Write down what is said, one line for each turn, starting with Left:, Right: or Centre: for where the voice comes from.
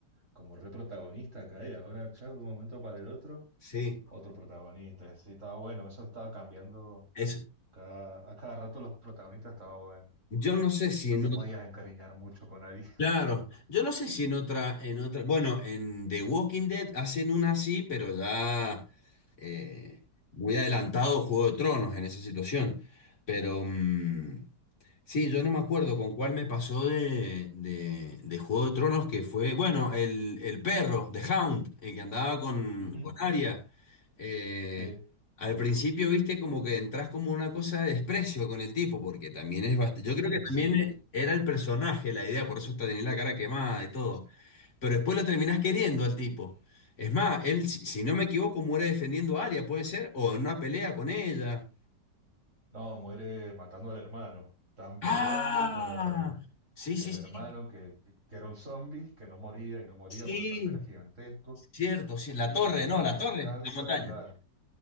Right: como re protagonista acá y ahora, chao, de un momento para el otro.
Left: Sí.
Right: otro protagonista, y así estaba bueno, eso estaba cambiando
Left: Es,
Right: cada, a cada rato los protagonistas estaba bueno.
Left: yo no sé si
Right: No
Left: no.
Right: te podías encariñar mucho con nadie.
Left: Claro, yo no sé si en otra, en otra, bueno, en The Walking Dead hacen una así, pero ya eh, muy adelantado Juego de Tronos en esa situación. Pero mm, sí, yo no me acuerdo con cuál me pasó de, de, de Juego de Tronos, que fue, bueno, el, el perro, The Hound, el que andaba con,
Right: Ujú.
Left: con Arya. eh,
Right: Sí,
Left: al principio, viste, como que entras como una cosa de desprecio con el tipo, porque también es bastante...
Right: <laughs>
Left: Yo creo que también
Right: sí.
Left: e- era el personaje la idea, por eso hasta tenía la cara quemada y todo. Pero después lo terminás queriendo al tipo. Es más, él, si, si no me equivoco, muere defendiendo a Arya, puede ser, o en una pelea con ella.
Right: No, muere matando al hermano. Están
Left: ¡Ah!
Right: peleando, bueno, el,
Left: Sí,
Right: el
Left: sí, sí,
Right: hermano que, que era un zombie, que no moría y no moría
Left: sí.
Right: porque aparte era gigantesco,
Left: Cierto, sí.
Right: y
Left: La torre,
Right: el chabón
Left: no, la
Right: se
Left: torre,
Right: cansa,
Left: la montaña.
Right: claro,